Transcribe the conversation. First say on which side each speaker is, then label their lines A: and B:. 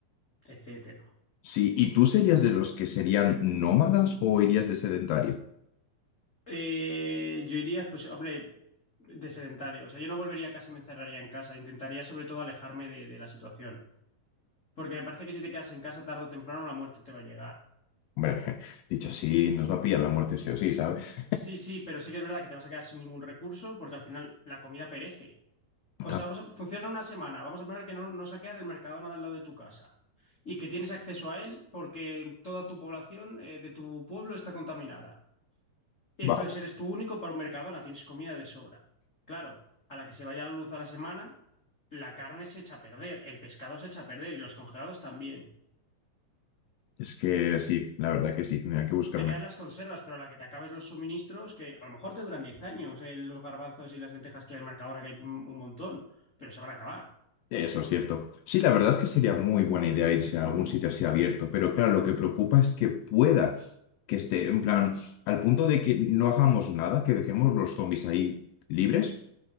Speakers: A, on the left (about 35°); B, on the left (about 80°).
A: etcétera.
B: sí. ¿Y tú serías de los que serían nómadas o irías de sedentario?
A: Eh, yo iría, pues, hombre, de sedentario. O sea, yo no volvería a casa y me encerraría en casa. Intentaría sobre todo alejarme de, de la situación. Porque me parece que si te quedas en casa tarde o temprano, la muerte te va a llegar.
B: Hombre, <laughs> dicho así, nos va a pillar la muerte sí o sí, ¿sabes?
A: Sí, sí, pero sí que es verdad que te vas a quedar sin ningún recurso porque al final la comida perece. O
B: <laughs> Ta-
A: sea, vamos a, funciona una semana. Vamos a poner que no, no saquean el Mercadona de al lado de tu casa y que tienes acceso a él porque toda tu población eh, de tu pueblo está contaminada. Y
B: Va.
A: entonces eres tú único para un Mercadona, tienes comida de sobra. Claro, a la que se vaya la luz a la semana, la carne se echa a perder, el pescado se echa a perder y los congelados también.
B: Es que sí, la verdad que sí, tendría que buscarme.
A: Te quedan las conservas, pero a la que te acabes los suministros, que a lo mejor te duran 10 años, eh, los garbanzos y las lentejas que hay en el Mercadona, que hay un un montón, pero se van a acabar.
B: Eso es cierto. Sí, la verdad es que sería muy buena idea irse a algún sitio así abierto, pero claro, lo que preocupa es que pueda, que esté en plan, al punto de que no hagamos nada, que dejemos los zombies ahí libres,